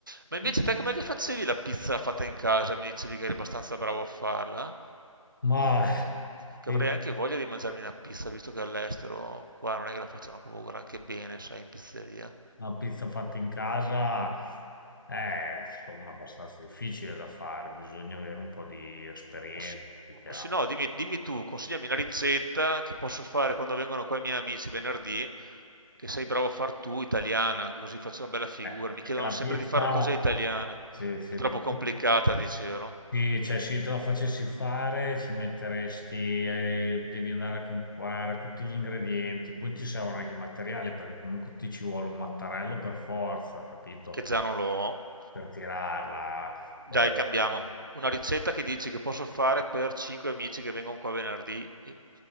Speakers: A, on the right; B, on the left.
A: Ma invece
B: Mm.
A: te com'è che facevi la pizza fatta in casa? Mi dicevi che eri abbastanza bravo a farla? eh?
B: Ma
A: Che
B: sì,
A: avrei anche voglia di mangiarmi una pizza, visto che all'estero qua non è che la facciano proprio granché bene, sai, in pizzeria.
B: una pizza fatta in casa è, insomma, abbastanza difficile da fare. Bisogna avere un po' di esperienza,
A: O se,
B: più che altro.
A: o se no, dimmi, dimmi tu, consigliami una ricetta che posso fare quando vengono qua i miei amici venerdì, che sei bravo a far tu, italiana, che così faccio una bella figura.
B: Eh,
A: Mi
B: perché
A: chiedono
B: la
A: sempre
B: pizza...
A: di fare una cosa italiana.
B: Sì, sì,
A: È troppo complicata,
B: sì.
A: dicevo,
B: Sì, cioè se io te la facessi fare ci metteresti, eh, devi andare a comprare tutti gli ingredienti, poi ti servono anche i materiali perché comunque ti ci vuole un mattarello per forza, capito?
A: che già non lo ho.
B: Per tirarla.
A: Dai,
B: Eh,
A: cambiamo. Una ricetta che dici che posso fare per 5 amici che vengono qua venerdì. e-